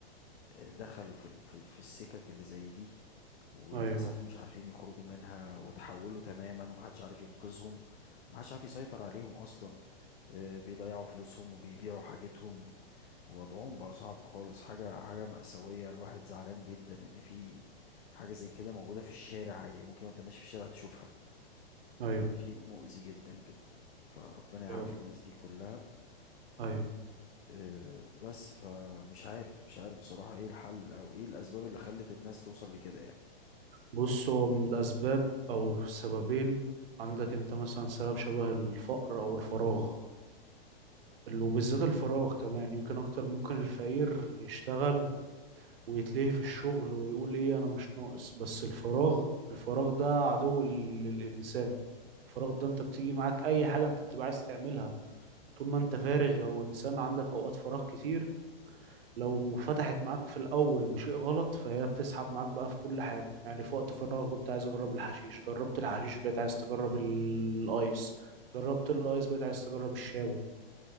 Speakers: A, on the left; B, on the right.
A: آه، دخلوا في ال- في في السكك اللي زي دي وللأسف
B: ايوه
A: مش عارفين يخرجوا منها وتحولوا تماما ومحدش عارف ينقذهم ومحدش عارف يسيطر عليهم أصلا آه، بيضيعوا فلوسهم وبيبيعوا حاجتهم ووضعهم بقى صعب خالص حاجة حاجة مأساوية الواحد زعلان جدا إن في حاجة زي كده موجودة في الشارع عادي ممكن وأنت ماشي في الشارع تشوفها
B: ايوه
A: يعني شيء مؤذي جدا جدا فربنا
B: ايوه
A: يعافي الناس دي كلها
B: ايوه
A: آه، بس فمش عارف مش عارف بصراحة ايه الحل او ايه الاسباب اللي خلت الناس توصل لكده يعني
B: بص هو من الاسباب او السببين عندك انت مثلا سبب شبه الفقر او الفراغ اللي- وبالذات الفراغ كمان يمكن اكتر ممكن الفقير يشتغل ويتلهي في الشغل ويقول ايه انا مش ناقص بس الفراغ الفراغ ده عدو للانسان الفراغ ده انت بتيجي معاك اي حاجة انت بتبقى عايز تعملها طول ما انت فارغ او انسان عندك اوقات فراغ كتير لو فتحت معاك في الأول بشيء غلط فهي بتسحب معاك بقى في كل حاجة يعني في وقت فراغ قلت عايز أجرب
A: مم.
B: الحشيش جربت الحشيش بقيت عايز تجرب ال- الأيس جربت الأيس بقيت عايز تجرب الشابو